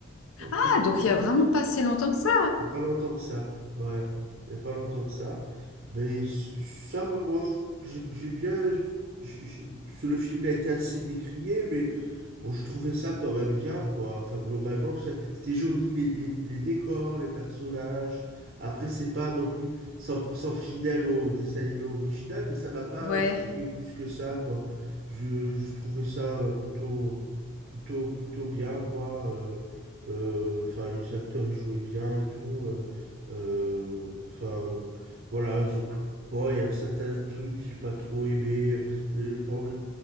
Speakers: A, on the right; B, on the left.
A: En février.
B: Ah, donc il y a vraiment pas si longtemps que ça.
A: Il n'y a pas longtemps que ça. Ouais. Il n'y a pas longtemps que ça. Mais c- ça va, moi, f- j'ai j'ai bien. j- j- parce que Le film il a été assez décrié, mais bon, je trouvais ça quand même bien, quoi. Enfin, globalement, c'est- c'était joli, les, les, les décors, les personnages. Après, c'est pas non plus 100% fidèle au dessin animé original, mais ça m'a pas
B: Ouais,
A: choqué plus que ça, quoi. Je, je trouvais ça euh, plutôt, plutôt, plutôt bien, quoi. euh. Euh, enfin, les acteurs, ils jouaient bien et tout. euh, euh, Enfin, euh, voilà, ils ont. Bon, il y a certains trucs que j'ai pas trop aimé. euh, euh, par-